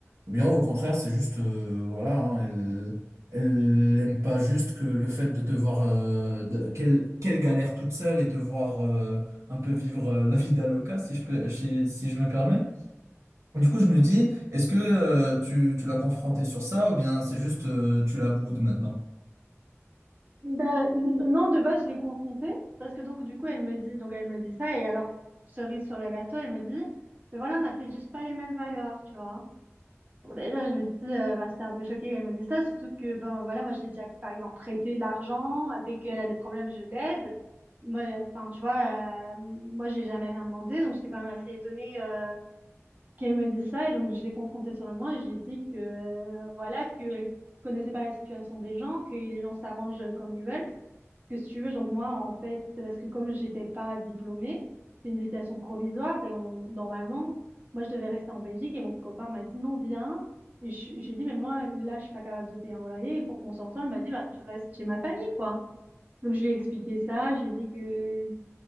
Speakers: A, on the right; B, on the right.
A: Ou bien au contraire, c'est juste, euh, voilà, hein, elle, elle aime pas juste que le fait de te voir, euh, de- qu'elle qu'elle galère toute seule et te voir. euh, un peu vivre euh, la vida loca, si je peux, si, si je me permets. Du coup, je me dis, est-ce que euh, tu, tu l'as confronté sur ça ou bien c'est juste euh, tu la boudes maintenant?
B: Ben, n- non, de base, je l'ai confrontée parce que donc, du coup, elle me dit, donc elle me dit ça et alors, cerise sur le gâteau, elle me dit, mais voilà, on n'a peut-être juste pas les mêmes valeurs, tu vois. Bon, déjà, je me dis, euh, ben, j'étais un peu choquée qu'elle me dise ça, surtout que, ben voilà, moi, je l'ai déjà, par exemple, prêté de l'argent, dès qu'elle a des problèmes, je l'aide. Moi, euh, enfin, tu vois, euh, moi, j'ai jamais rien demandé, donc j'étais quand même assez étonnée, euh, qu'elle me dise ça et donc, je l'ai confrontée sur le moment et je lui ai dit que, euh, voilà, que connaissait pas la situation des gens, que les gens s'arrangent comme ils veulent que si tu veux, donc moi, en fait, c'est parce que comme j'étais pas diplômée, c'est une hésitation provisoire et on, normalement, moi, je devais rester en Belgique et mon copain m'a dit non, viens. Et je- j'ai dit, mais moi, là, je suis pas capable de payer un loyer. Et pour qu'on soit ensemble, il m'a dit, bah, tu restes chez ma famille, quoi. Donc, je lui ai expliqué ça. J'ai dit que,